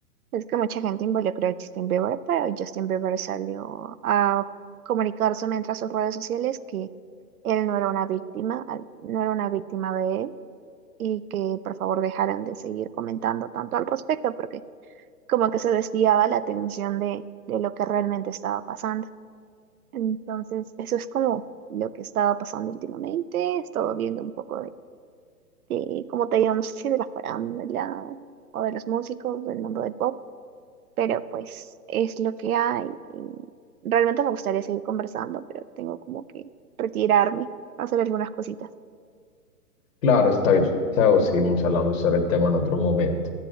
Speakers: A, on the right (about 60°); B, on the left (about 50°).
A: es que mucha gente involucró a Justin Bieber, pero Justin Bieber salió a comunicarse mientras sus redes sociales que él no era una víctima, al- no era una víctima de él y que por favor dejaran de seguir comentando tanto al respecto porque como que se desviaba la atención de, de lo que realmente estaba pasando. Entonces, eso es como lo que estaba pasando últimamente. He estado viendo un poco de, de cómo te digo, no sé si de la farándula o de los músicos del mundo del pop, pero pues es lo que hay. y realmente me gustaría seguir conversando, pero tengo como que retirarme, hacer algunas cositas.
B: Claro, está bien. O seguimos hablando sobre el tema en otro momento.